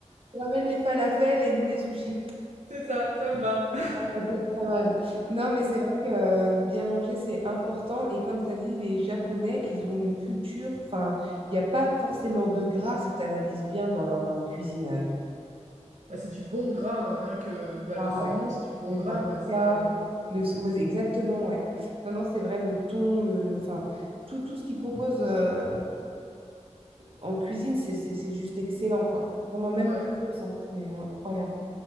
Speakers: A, on the right; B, on the right.
A: ramène les falafels et nous les sushis.
B: C'est ça, ça me va.
A: Ah, ça peut être pas mal. Non, mais c'est vrai que euh, bien manger, c'est important. Et comme tu as dit, les Japonais, ils ont une culture, enfin, il n'y a pas forcément de gras si tu analyses bien dans leur euh, cuisine à eux.
B: Bah, c'est du bon gras, hein, Rien que bah,
A: Ah
B: le saumon,
A: ouais,
B: c'est du bon
A: les
B: gras,
A: avocats,
B: quoi. C'est euh,
A: le, ouais, exactement, ouais. Non, non, c'est vrai, le thon, le, le- enfin, tout, tout ce qu'ils proposent euh, en cuisine, c'est c'est- c'est juste excellent, quoi. Vraiment, même
B: ouais,
A: leur sauce, hein, c'est incroyable.